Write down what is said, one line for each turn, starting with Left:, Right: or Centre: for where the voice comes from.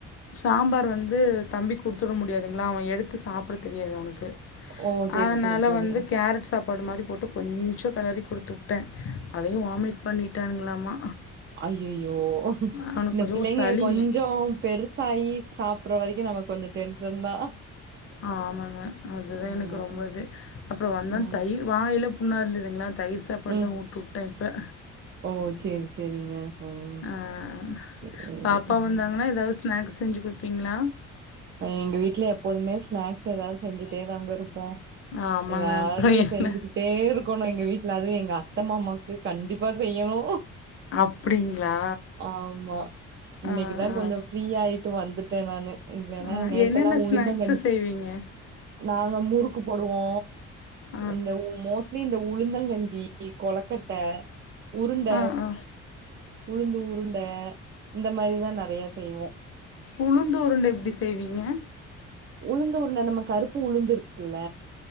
Left: சாம்பார் வச் வந்து தம்பி குடுத்துற முடியாதுங்களா அவன் எடுத்து சாப்புட தெரியாது அவனுக்கு
Right: ஓ சரி
Left: அதுனால
Right: சரி சரி
Left: வந்து கேரட் சாப் ப்பாடு மாரி போட்டு கொஞ்சோ கெளறி குடுத்து வுட்டே அதையு வாமிட் பண்ணிட்டானுங்களாமா
Right: அய்யய்யோ
Left: அவனுக்கு
Right: இந்த
Left: கொஞ்சம்
Right: பிள்ளைங்க
Left: சளிங்க
Right: கொஞ்சோம் பெருசாயி சாப்புட்ற வரைக்கு நமக்கு கொஞ்ச டென்ஷன் தா
Left: ஆமாங்க அதுதா
Right: ஆமா
Left: எனக்கு ரொம்ப இது அப்றோ வந்து
Right: ஆ
Left: அந்த தயிர் வாயில புண்ணா இருந்ததுங்களா தயர் சாப்பாடு
Right: ம்
Left: தா குடுத்து வுட்டே இப்ப
Right: ஓ சேரி சேரிங்க ம்
Left: அ அ
Right: சேரி
Left: பாப்பா
Right: ம்
Left: வந்தாங்கன்னா எதாவது ஸ்நாக்ஸ் செஞ்சு குடுப்பீங்களா
Right: எங்க வீட்ல எப்போதுமே ஸ்நாக்ஸ் எதாவது செஞ்சுகிட்டே தாங்க இருப்போ
Left: ஆமாங்க
Right: எதாவது
Left: அப்புறோ என்ன
Right: செஞ்சுகிட்டே இருக்கணு எங்க வீட் ல்லாவே எங்க அத்த மாமாக்கு கண்டிப்பா செய்யணு
Left: அப்டிங்களா
Right: ஆமா இன்னைக்கு
Left: ஆ
Right: தா
Left: ஆ
Right: கொஞ்ச ஃப்ரீயாயிட்டு வந்துட்டே நானு இல்லனா
Left: ஆ
Right: நேத்தெல்லா
Left: என்னென்ன
Right: உளுந்தங்
Left: ஸ்நாக்ஸு
Right: கஞ்சி
Left: செய்வீங்க
Right: நாங்க முறுக்கு போடுவோ
Left: ஆ
Right: இந்த இவ் மோ இந்த உளுந்தங்கஞ்சி கொழக்கட்ட உருண்ட
Left: ஆ ஆ
Right: உளுந்து உருண்ட இந்த மாரி தா நெறையா செய்வோ
Left: உளுந்து உருண்ட எப்டி செய்வீங்க
Right: உளுந்து உருண்ட நம்ம கருப்பு உளுந்து இருக்குல்ல